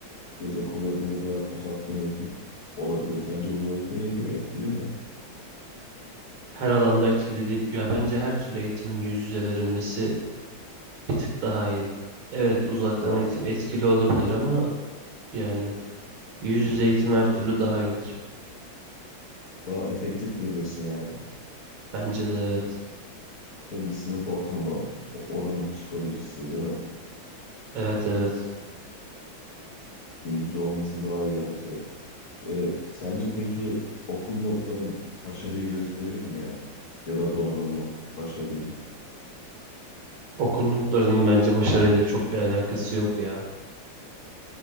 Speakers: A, on the left; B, on the right.
A: Yaz okullarında da uzaktan eğitim olabiliyor. Sence uzaktan eğitim etkili mi?
B: Her alanda etkili değil. Ya bence her türlü eğitimin yüz yüze verilmesi bir tık daha iyi. Evet, uzaktan
A: Daha
B: eğitim etkili olabilir ama yani yüz yüze eğitim her türlü daha iyidir.
A: daha efektif mi diyorsun yani?
B: Bence de evet.
A: Tabii bir sınıf ortamı, o- oranın psikolojisi değil mi?
B: Evet evet.
A: Yüz yüze olması daha iyi bence de. Ee, sence peki okul notları başarıyı gösterir mi ya? Ya da donanımı, başarıyı?
B: Okul notlarının bence başarıyla çok bir alakası yok ya.